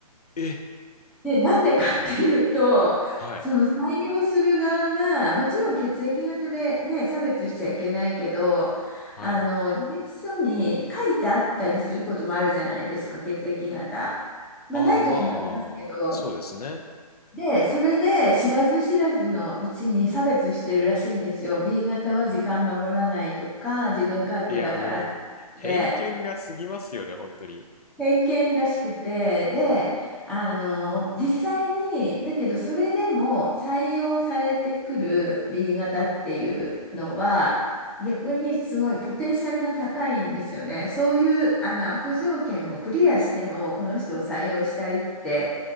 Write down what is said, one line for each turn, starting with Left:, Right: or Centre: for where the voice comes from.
Left: え、
Centre: で、なんでかっていうと、
Left: はい、
Centre: その採用する側が、もちろん血液型でね、差別しちゃいけないけど、
Left: はい。
Centre: あの、履歴書に書いてあったりすることもあるじゃないですか、血液型。まあ、
Left: ああ、
Centre: ない時もありますけど、
Left: まあ、そうですね。
Centre: で、それで知らず知らずのうちに差別してるらしいんですよ。B 型は時間守らないとか、自分勝手だからってことで。
Left: いや、もう、偏見が過ぎますよね、本当に。
Centre: 偏見らしくて、で、あの、実際に、だけどそれでも採用されてくる B 型っていうのは、逆にすごいポテンシャルが高いんですよね。そういうあの悪条件をクリアしても、この人を採用したいって